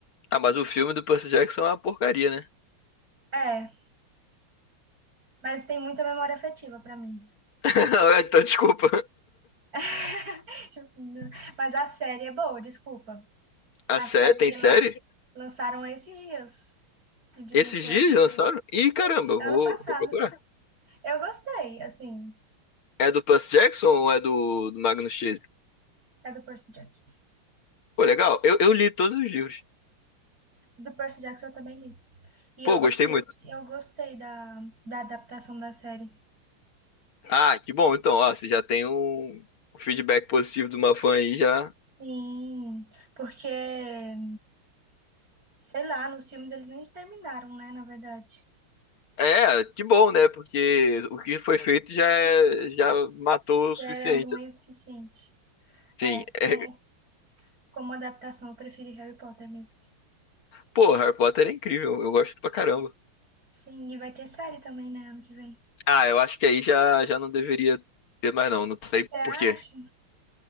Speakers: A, on the left (about 75°); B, on the right (about 40°).
A: Ah, mas o filme do Percy Jackson é uma porcaria, né?
B: É, mas tem muita memória afetiva pra mim.
A: <laughs> Ah, Então, desculpa.
B: <laughs> Tipo assim, Mas a série é boa, desculpa.
A: A
B: A
A: sé...
B: série
A: Tem
B: que
A: série?
B: lan- lançaram esses dias no Disney
A: Esses
B: Plus.
A: dias lançaram? Ih, caramba,
B: Esse-
A: eu
B: ano
A: vou,
B: passado.
A: vou procurar.
B: Eu gostei, assim.
A: É do Percy Jackson ou é do, do Magnus Chase?
B: É do Percy Jackson.
A: Pô, legal. Eu, eu li todos os livros.
B: Do Percy Jackson eu também li. E
A: Pô,
B: eu, gos-
A: gostei muito.
B: eu gostei da, da adaptação da série.
A: Ah, que bom. Então, ó, você já tem um um feedback positivo de uma fã aí já.
B: Sim, porque, sei lá, nos filmes eles nem terminaram, né? Na verdade.
A: É, que bom, né? Porque o que foi feito já, é- já matou o suficiente.
B: Já era ruim o suficiente.
A: Sim.
B: É, como,
A: É...
B: como adaptação, eu preferi Harry Potter mesmo.
A: Pô, Harry Potter é incrível. Eu gosto pra caramba.
B: Sim, e vai ter série também, né? Ano que vem.
A: Ah, eu acho que aí já, já não deveria ter mais, não. Não tem
B: Você acha?
A: porquê.